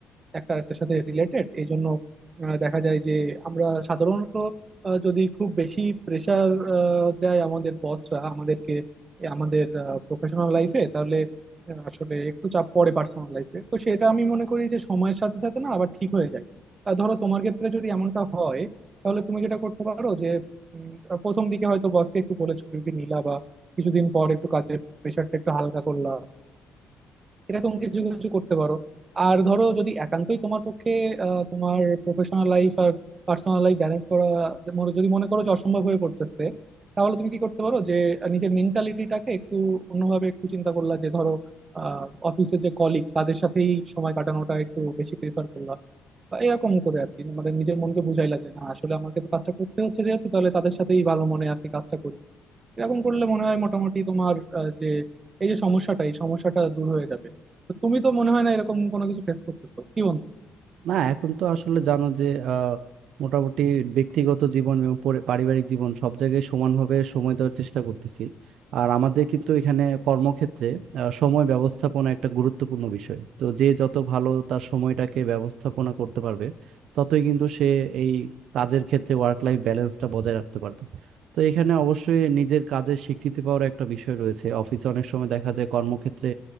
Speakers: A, on the right; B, on the right.
A: একটা আরেকটার সাথে রিলেটেড এই জন্য আহ, দেখা যায় যে আমরা সাধারণত আহ, যদি খুব বেশি প্রেশার দেয় আমাদের বসরা আমাদেরকে এ আমাদের প্রফেশনাল লাইফে তাহলে আহ, আসলে একটু চাপ পড়ে পার্সোনাল লাইফে তো সেটা আমি মনে করি যে সময়ের সাথে সাথে না আবার ঠিক হয়ে যায় আহ, ধরো তোমার ক্ষেত্রে যদি এমনটা হয় তাহলে তুমি যেটা করতে পারো যে উম, প্রথম দিকে হয়তো বসকে একটু বলে ছুটি নিলা বা কিছুদিন পর একটু কাজের প্রেশারটা একটু হালকা করলা এরকম কিছু কিছু করতে পারো আর ধরো যদি একান্তই তোমার পক্ষে আহ, তোমার প্রফেশনাল লাইফ আর পার্সোনাল লাইফ ব্যালেন্স করা মনে- যদি মনে করো যে অসম্ভব হয়ে পড়তেছে তাহলে তুমি কি করতে পারো যে আহ, নিজের মেন্টালিটিটাকে একটু অন্যভাবে একটু চিন্তা করলা যে ধরো অফিসের যে কলিগ তাদের সাথেই সময় কাটানোটা একটু বেশি প্রেফার করলা বা এরকম করে আর কি মানে নিজের মনকে বুঝাইলা যে না আসলে আমাকে তো কাজটা করতে হচ্ছে যেহেতু তাহলে তাদের সাথেই ভালো মনে আর কি কাজটা করি এরকম করলে মনে হয় মোটামুটি তোমার আহ, যে এই যে সমস্যাটা এই সমস্যাটা দূর হয়ে যাবে তো তুমি তো মনে হয় না এরকম কোনো কিছু ফেস করতেছো কি বন্ধু
B: না এখন তো আসলে জানো যে আহ, মোটামুটি ব্যক্তিগত জীবন এবং পরি- পারিবারিক জীবন সব জায়গায় সমানভাবে সময় দেওয়ার চেষ্টা করতেছি আর আমাদের কিন্তু এখানে কর্মক্ষেত্রে আহ, সময় ব্যবস্থাপনা একটা গুরুত্বপূর্ণ বিষয় তো যে যত ভালো তার সময়টাকে ব্যবস্থাপনা করতে পারবে ততই কিন্তু সে এই কাজের ক্ষেত্রে ওয়ার্ক লাইফ ব্যালেন্সটা বজায় রাখতে পারবে তো এখানে অবশ্যই নিজের কাজের স্বীকৃতি পাওয়ার একটা বিষয় রয়েছে অফিসে অনেক সময় দেখা যায় কর্মক্ষেত্রে